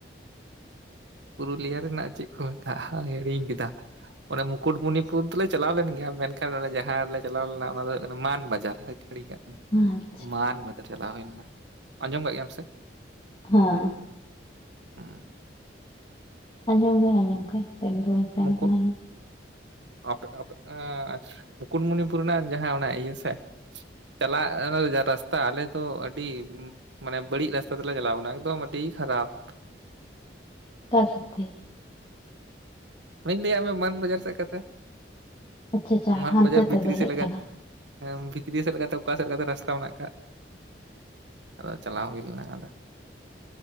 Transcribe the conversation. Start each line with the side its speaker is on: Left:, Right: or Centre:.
Right: ᱯᱩᱨᱩᱞᱤᱭᱟᱹ ᱨᱮᱱᱹᱟᱜ ᱪᱮᱫ ᱠᱚ ᱢᱮᱛᱟᱜᱼᱟ ᱦᱤᱲᱤᱧ ᱠᱮᱫᱟ ᱚᱱᱮ ᱢᱩᱠᱩᱴᱢᱩᱱᱤᱯᱩᱨ ᱫᱚᱞᱮ ᱪᱟᱞᱟᱣ ᱞᱮᱱ ᱜᱮᱭᱟ ᱢᱮᱱᱠᱷᱟᱱ ᱱᱚᱸᱰᱮ ᱡᱟᱦᱟᱸ ᱨᱮ ᱞᱮ ᱪᱟᱞᱟᱣ ᱞᱮᱱᱟ ᱚᱱᱟ ᱫᱚ ᱦᱩᱭᱩᱜ ᱠᱟᱱᱟ ᱢᱟᱱ ᱵᱟᱡᱟᱨ ᱜᱷᱟᱹᱲᱤ ᱠᱟᱜ
Left: ᱟᱪᱪᱷᱟ
Right: ᱢᱟᱱ ᱵᱟᱡᱟᱨ ᱪᱟᱞᱟᱣ ᱦᱩᱭ ᱞᱮᱱᱟ ᱟᱸᱡᱚᱢ ᱠᱟᱜ ᱜᱮᱭᱟᱢ ᱥᱮ
Left: ᱦᱚᱸ
Right: ᱦᱢᱸ
Left: ᱟᱸᱡᱚᱢ ᱜᱮᱭ ᱟᱸᱡᱚᱢ ᱠᱟᱹᱡ ᱥᱮᱱ ᱫᱚ ᱵᱟᱹᱧ ᱥᱮᱱ
Right: ᱢᱩᱠᱩᱴ
Left: ᱠᱟᱹᱱᱟᱹᱧ
Right: ᱟᱯᱮ ᱟᱯᱮ ᱟᱟ ᱟᱪᱪᱷ ᱢᱩᱠᱩᱴᱢᱚᱱᱤᱯᱩᱨ ᱨᱮᱱᱟᱜ ᱡᱟᱦᱟᱸ ᱚᱱᱟ ᱤᱭᱟᱹ ᱥᱮ ᱪᱟᱞᱟᱜ ᱚᱱᱟ ᱨᱟᱥᱛᱟ ᱟᱞᱮ ᱫᱚ ᱟᱹᱰᱤ ᱢᱟᱱᱮ ᱵᱟᱹᱲᱤᱡ ᱨᱟᱥᱛᱟ ᱛᱮᱞᱮ ᱪᱟᱞᱟᱣᱱᱟ ᱮᱠᱫᱚᱢ ᱟᱹᱰᱤ ᱠᱷᱟᱨᱟ ᱠᱷᱯ
Left: ᱠᱟ ᱥᱟᱛᱮ
Right: ᱚᱱᱟᱧ ᱞᱟᱹᱭᱟᱫ ᱢᱮᱭᱟ ᱢᱟᱱ ᱵᱟᱡᱟᱨ ᱥᱮᱫ ᱠᱟᱛᱷᱟ
Left: ᱟᱪᱪᱷᱟ ᱟᱪᱪᱷᱟ
Right: ᱢᱟᱱ
Left: ᱦᱟᱱᱛᱮ
Right: ᱵᱟᱡᱟᱨ ᱵᱷᱤᱛᱨᱤ
Left: ᱛᱮᱯᱮ
Right: ᱥᱮᱫ
Left: ᱦᱮᱡ
Right: ᱞᱟᱜᱟᱫ
Left: ᱠᱟᱱᱟ
Right: ᱵᱷᱤᱛᱨᱤ ᱥᱮᱫ ᱞᱮᱠᱟᱛᱮ ᱚᱠᱟ ᱥᱮᱫ ᱞᱮᱠᱟᱛᱮ ᱨᱟᱥᱛᱟ ᱢᱮᱱᱟᱜ ᱠᱟᱜ ᱟᱫᱚ ᱪᱟᱞᱟᱣ ᱦᱩᱭ ᱞᱮᱱᱟ ᱟᱫᱚ